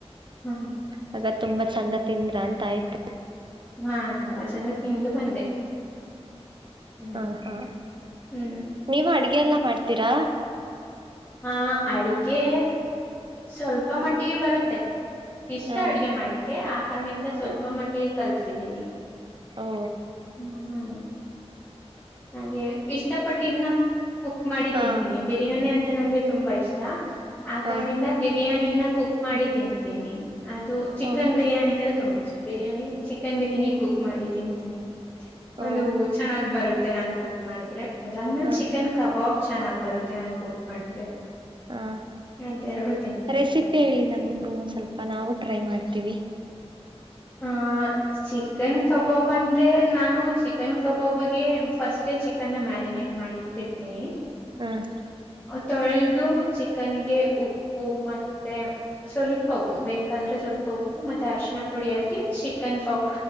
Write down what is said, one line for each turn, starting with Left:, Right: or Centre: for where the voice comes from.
Left: ಹ್ಮ್
Right: ಹಾಗ ತುಂಬಾ ಚಂದ ತಿಂದ್ರ ಅಂತ ಆಯ್ತು
Left: ಹಾ ತುಂಬಾ ಚೆನ್ನಾಗಿ ತಿಂದ ಬಂದೆ. ಹ್ಮ್
Right: ಹಾ ಹಾ
Left: ಹ್ಮ್
Right: ನೀವ ಅಡ್ಗೆ ಎಲ್ಲಾ ಮಾಡ್ತೀರಾ?
Left: ಹಾ ಅಡಿಗೆ ಸ್ವಲ್ಪ ಮಟ್ಟಿಗೆ ಬರುತ್ತೆ. ಇಷ್ಟ
Right: ಹ
Left: ಅಡ್ಗೆ ಮಾಡಕ್ಕೆೆ ಆ ಕಾರಣದಿಂದ ಸ್ವಲ್ಪ
Right: ಹ್ಮ್
Left: ಮಟ್ಟಿಗೆ ಕಲ್ತಿದೀನಿ.
Right: ಓ
Left: ಹ್ಮ್. ಹಾಗೆ ಇಷ್ಟಪಟ್ಟಿದನ ಕುಕ್ ಮಾಡಿ
Right: ಹಾ
Left: ತಿಂತೀನಿ. ಬಿರಿಯಾನಿ ಅಂದ್ರೆ ನಂಗೆ ತುಂಬಾ ಇಷ್ಟ ಆ
Right: ಹ
Left: ಕಾರಣದಿಂದ ಬಿರಿಯಾನಿನ ಕುಕ್ ಮಾಡಿ ತಿಂತೀನಿ. ಅದು ಚಿಕನ್
Right: ಓ
Left: ಬಿರಿಯಾನಿ ಅಂದ್ರೆ ತುಂಬಾ ಇಷ್ಟ ಬಿರಿಯಾನಿ ಚಿಕನ್ ಬಿರಿಯಾನಿ ಕುಕ್ ಮಾಡಿ ತಿಂತೀನಿ.
Right: ಓ
Left: ಒಂದು ಚೆನ್ನಾಗ್ ಬರುತ್ತೆ ನಾನ್ ಕುಕ್ ಮಾಡಿದ್ರೆ ಅದಂದ ನಾ
Right: ಹ
Left: ಚಿಕನ್ ಕಬಾಬ್ ಚೆನ್ನಾಗ್ ಬರುತ್ತೆ ನಾನ್ ಕುಕ್ ಮಾಡಿದ್ರೆ.
Right: ಹಾ
Left: ಅದ್ ಎರಡು ತಿಂತೀನಿ
Right: ರೆಸಿಪಿ ಹೇಳಿ ನನ್ಗೂ ಸ್ವಲ್ಪ ನಾವು ಟ್ರೈ ಮಾಡ್ತೀವಿ.
Left: ಹ ಚಿಕನ್ ಕಬಾಬ್ ಅಂದ್ರೆ ನಾನು ಚಿಕನ್ ಕಬಾಬ್ಗೆ ಫಸ್ಟ್ ಚಿಕನ್ ಮ್ಯಾರಿನೇಟ್ ಮಾಡಿದ್ದನಿ ಕರ್ತೀನಿ
Right: ಹ್ಮ್
Left: ತೊಳೆದು ಚಿಕನ್ಗೆ ಉಪ್ಪು ಮತ್ತೆ ಸ್ವಲ್ಪ ಉಪ್ಪು ಬೇಕಾದ್ರೆ ಸ್ವಲ್ಪ ಉಪ್ಪು ಮತ್ತೆ ಅರಶಣ ಪುಡಿ ಹಾಕಿ ಚಿಕನ್ ಪಾವ